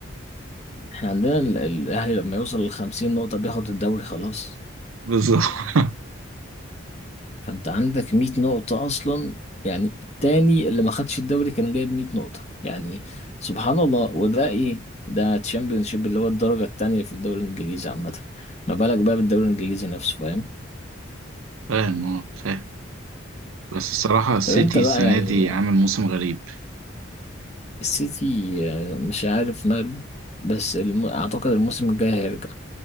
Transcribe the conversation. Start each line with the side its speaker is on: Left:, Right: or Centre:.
Left: احنا عندنا ال- الأهلي لما يوصل لخمسين نقطة بياخد الدوري خلاص
Right: بالظبط <laughs>
Left: فأنت عندك 100 نقطة أصلا يعني التاني اللي ما خدش الدوري كان جايب 100 نقطة يعني سبحان الله وده إيه ده تشامبيونشيب اللي هو الدرجة التانية في الدوري الإنجليزي عامة ما بالك بقى بالدوري الإنجليزي نفسه فاهم
Right: فاهم اه فاهم بس الصراحه السيتي
Left: طب أنت بقى
Right: السنه
Left: يعني
Right: دي عامل موسم غريب
Left: السيتي آه، مش عارف ماله بس الم... أعتقد الموسم الجاي هيرجع